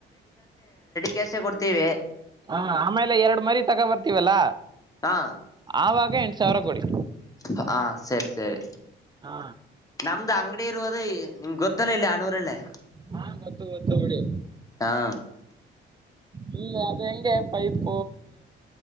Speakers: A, on the left; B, on the right.
A: ಕೆಲಸ ಕೊಡ್ತೀವಿ
B: ಹ ಆಮೇಲೆ ಎರಡು ಮರಿ ತಗೋ ಬರ್ತೀವಲ್ಲ
A: ಹಾ
B: ಆವಾಗ ಎಂಟ ಸಾವಿರ ಕೊಡಿ
A: ಹಾ ಸರಿ ಸರಿ
B: ಹಾ
A: ನಮ್ದು ಅಂಗಡಿ ಇರುೋದ ನಿಮ್ಗೆ ಗೊತ್ತಲ್ಲ ಇಲ್ಲ ಆ ನೂರಲ್ಲೇ
B: ಹಾ ಗೊತ್ತು ಗೊತ್ತು ಉಡಿ
A: ಹಾ
B: ಹಲ್ಲ ಅದು ಹೆಂಗೆ ಪೈಪ